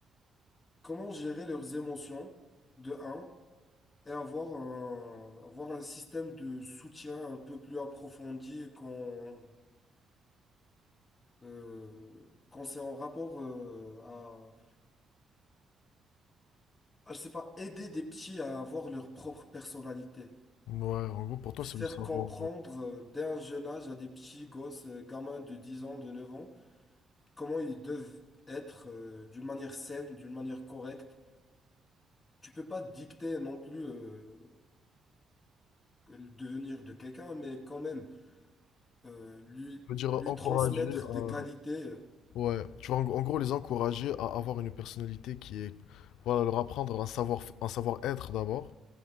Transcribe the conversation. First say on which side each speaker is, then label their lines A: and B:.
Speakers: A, on the left; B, on the left.
A: comment gérer leurs émotions, de un, et avoir un, avoir un système de soutien un peu plus approfondi qu'on euh, quand c'est en rapport euh, à, à, je sais pas, aider des petits à avoir leur propre personnalité.
B: Ouais, en gros, pour toi,
A: Faire
B: c'est le savoir.
A: comprendre euh, dès un jeune âge à des petits gosses, euh, gamins de 10 ans, de 9 ans, comment ils doivent être euh, d'une manière saine, d'une manière correcte. Tu peux pas dicter non plus euh, le devenir de quelqu'un, mais quand même euh, lui,
B: Je veux dire,
A: lui
B: euh, encourager
A: transmettre des
B: à...
A: qualités euh,
B: Ouais, tu vois, en, en gros, les encourager à avoir une personnalité qui est... Voilà, leur apprendre un savoir, un savoir-être d'abord,